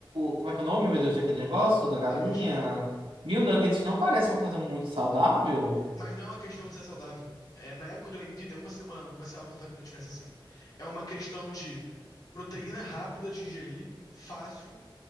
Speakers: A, on the right; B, on the left.
A: como é que é o nome, meu Deus, daquele negócio, da galinha?
B: Nugget.
A: Mil nuggets não parece uma coisa muito saudável?
B: Mas não é uma questão de ser saudável. É, na época do Olimpíada, é uma semana, não vai ser algo que vai fazer tanta diferença assim. É uma questão de proteína rápida de ingerir, fácil,